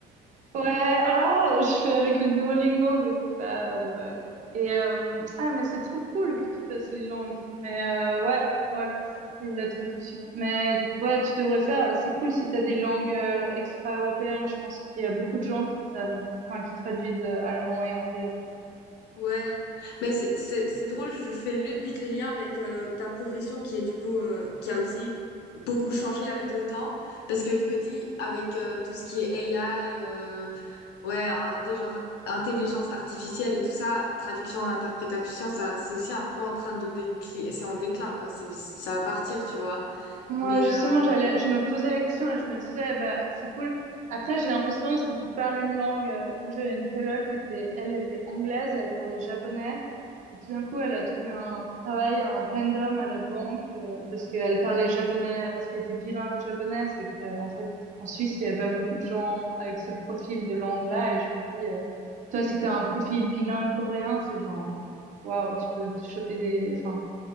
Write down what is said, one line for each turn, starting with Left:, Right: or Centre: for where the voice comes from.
Right: Ouais, ah, je fais avec le Duolingo, mais c'est pas, euh, ouais. Et, euh, ah, mais c'est trop cool que tu fasses les langues. Mais, euh, ouais, ouais, c'est cool la traduction. Mais, ouais, tu devrais faire, c'est cool si t'as des langues, euh, extra-européennes. Je pense qu'il y a beaucoup de gens qui savent, enfin, qui traduisent euh, allemand et anglais.
Left: Ouais, mais c'est c'est- c'est drôle, je fais le- vite le lien avec euh, ta profession qui est du coup euh, qui a aussi beaucoup changé avec le temps parce que je me dis avec euh, tout ce qui est AI euh, ouais, in- intelligence intelligence artificielle et tout ça, traduction et interprétation, ça c'est aussi un peu en train de décliner, c'est en déclin quoi, c'est ça va partir, tu vois.
Right: Moi,
Left: Mais
Right: justement,
Left: euh,
Right: j'allais, je me posais la question et je me disais, bah, c'est cool. Après, j'ai l'impression, si tu parles une langue, euh, moi, j'avais une coloc qui était, elle était anglaise et elle parlait japonais. Et tout d'un coup, elle a trouvé un travail, un random à la banque, euh, parce qu'elle parlait japonais, parce qu'elle était bilingue japonaise et que, en fait, en Suisse, il n'y avait pas beaucoup de gens avec ce profil de langue-là. Et je me dis, euh, toi, si tu as un profil bilingue coréen, c'est genre, waouh, tu peux te choper des, enfin,